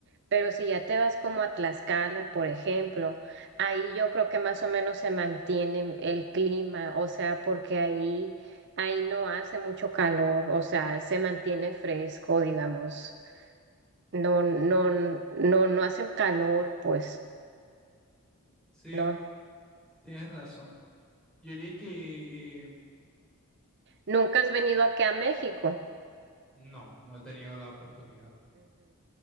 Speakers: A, on the right (about 50°); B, in the centre.
A: pero si ya te vas como a Tlaxcala, por ejemplo, ahí yo creo que más o menos se mantiene el clima, o sea, porque ahí, ahí no hace mucho calor, o sea, se mantiene fresco, digamos, no, no, no, no hace calor, pues,
B: Sí,
A: no.
B: tienes razón. Yo diría que eh,
A: ¿Nunca has venido aquí a México?
B: No, no he tenido la oportunidad.